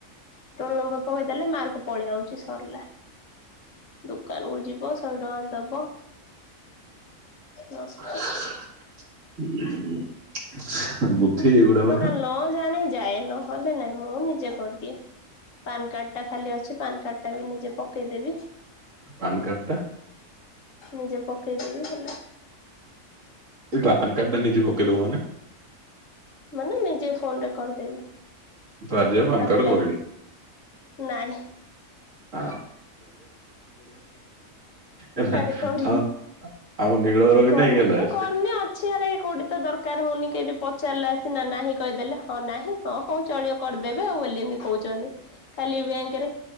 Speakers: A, on the left; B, on the right.
A: ରୋଲ ନମ୍ବର ପକେଇଦେଲେ ମାର୍କ ପଳେଇଆାଉଚଛି ସରିଲା। ଦୋକାନକୁ ଯି ପୁଅ ସହେ ଟଙ୍କା ଦବ
B: ହୁଁ।
A: ନଷ୍ଟ।
B: <inaudible>
A: ତୁ
B: ଏଗୁଡା
A: ଯୋଉଟା
B: ବା
A: ନ ଜାଣ ଯାଏ ନହେଲେ ନାଇଁ ମୁଁ ନିଜେ କରିଦିଏ ପାନ କାର୍ଡ ଟା ଖାଲି ଅଛି ପାନ କାର୍ଡ ଟା ବି ନିଜେ ପକେଇଦେବି।
B: ପାନ୍ କାର୍ଡ ଟା
A: ନିଜେ ପକେଇଦେବି ହେଲା।
B: ତୋ ପାୟନ୍ କାଡ଼ ଟା ନିଜେ ପକେଇ ଦବୁ ମାନେ?
A: ମାନେ ନିଜ ଫୋନ ରେ କରିଦେବି।
B: ତୁ ଆଜି ଆଉ ପାନ୍
A: ଆପ୍ଲା
B: କାର୍ଡ କରିନୁ
A: ନାଇଁ।
B: ଆ ହେଲା
A: ଆରେ କୋଉଠି
B: ଆଉ ଆମ ନୀଳର ବି
A: କରିନି,
B: ନାଇଁ ହେଲା
A: ତ
B: ସେ
A: କରିନି ଅଛି ଆଡେ କୋଉଠି ତ ଦରକାର ହୋଉନି ପଚାରିଲା ସିନା ନାହିଁ କହିଦେଲେ, ହଁ ନାହିଁ, ହଁ ହଉ ଚଳିବ କରିଦେବେ ବୋଲିନି କୋହୁଛନ୍ତି । କାଲି ବ୍ୟାଙ୍କ ରେ